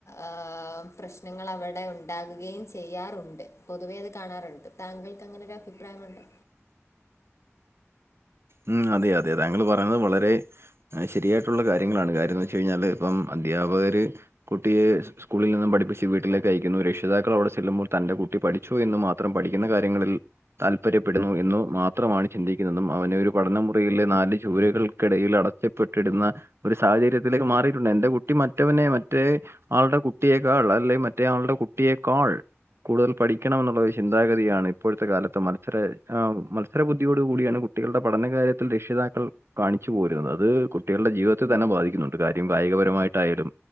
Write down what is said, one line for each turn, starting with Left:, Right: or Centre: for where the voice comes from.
Left: ആഹ് പ്രശ്നങ്ങൾ അവിടെ ഉണ്ടാകുകയും ചെയ്യാറുണ്ട് പൊതുവേത് കാണാറുണ്ട് താങ്കൾക്ക് അങ്ങനെ ഒരു അഭിപ്രായമുണ്ടോ
Right: ഉം അതെ അതെ താങ്കൾ പറയുന്നത് വളരെ ശരിയായിട്ടുള്ള കാര്യങ്ങളാണ് കാര്യംന്ന് വെച്ച് കഴിഞ്ഞാല് ഇപ്പം അധ്യാപകര് കുട്ടിയെ സ്കൂളിൽ നിന്നും പഠിപ്പിച്ച് വീട്ടിലേക്ക് അയക്കുന്നു രക്ഷിതാക്കൾ അവിടെ ചെല്ലുമ്പോൾ തന്റെ കുട്ടി പഠിച്ചു എന്ന് മാത്രം പഠിക്കുന്ന കാര്യങ്ങളിൽ താല്പര്യപ്പെടുന്നു എന്നു മാത്രമാണ് ചിന്തിക്കുന്നതും അവനെ ഒരു പഠനമുറിയിലെ നാല് ചുവരുകൾക്കിടയിൽ അടച്ചപ്പെട്ടിടുന്ന ഒരു സാഹചര്യത്തിലേക്ക് മാറിയിട്ടുണ്ട് എന്റെ കുട്ടി മറ്റവനെ മറ്റേ ആളുടെ കുട്ടിയേക്കാൾ അല്ലെ മറ്റേ ആൾടെ കുട്ടിയേക്കാൾ കൂടുതൽ പഠിക്കണംെന്നുള്ള ഒരു ചിന്താഗതിയാണ് ഇപ്പോഴത്തെ കാലത്ത് മത്സര മത്സര ബുദ്ധിയോടു കൂടിയാണ് കുട്ടികളുടെ പഠന കാര്യത്തിൽ രക്ഷിതാക്കൾ കാണിച്ചു പോരുന്നത് അത് കുട്ടികളുടെ ജീവിതത്തെ തന്നെ ബാധിക്കുന്നുണ്ട് കാര്യം കായികപരമായിട്ടായാലും